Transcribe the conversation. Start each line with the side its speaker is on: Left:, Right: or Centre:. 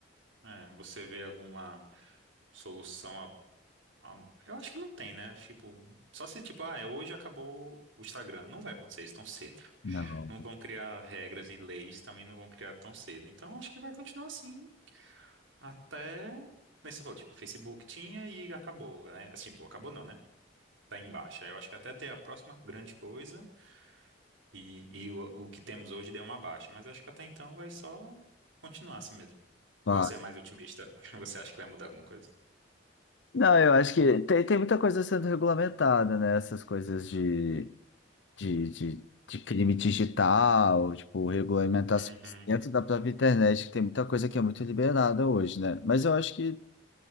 Right: é, você vê alguma solução a, a- Eu acho que não tem, né? Tipo, só se tipo, ah, é hoje acabou o Instagram. Não vai acontecer isso tão cedo.
Left: Não.
Right: Não vão criar regras e leis, também não vão criar tão cedo. Então acho que vai continuar assim até. Como você falou, tipo, o Facebook tinha e acabou, né? Assim, pô, acabou não, né? Tá em baixa. Eu acho que até ter a próxima grande coisa e, e o, o que temos hoje deu uma baixa. Mas acho que até então vai só continuar assim mesmo.
Left: Pá.
Right: Ou você é mais otimista? <laughs> Você acha que vai mudar alguma coisa?
Left: Não, eu acho que tem, tem muita coisa sendo regulamentada, né? Essas coisas de de, de, de crime digital, tipo, regulamentações
Right: Uhum.
Left: dentro da própria internet, que tem muita coisa que é muito liberada hoje, né? Mas eu acho que,